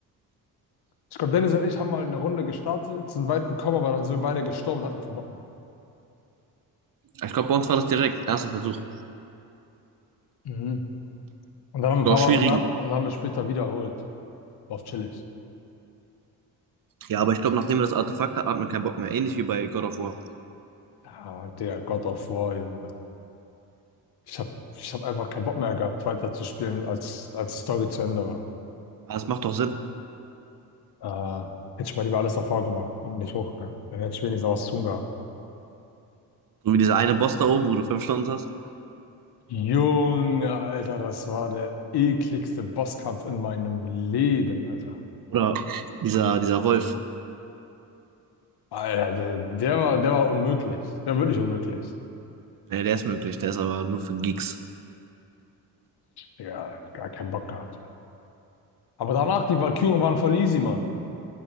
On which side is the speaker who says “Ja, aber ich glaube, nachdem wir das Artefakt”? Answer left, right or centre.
Right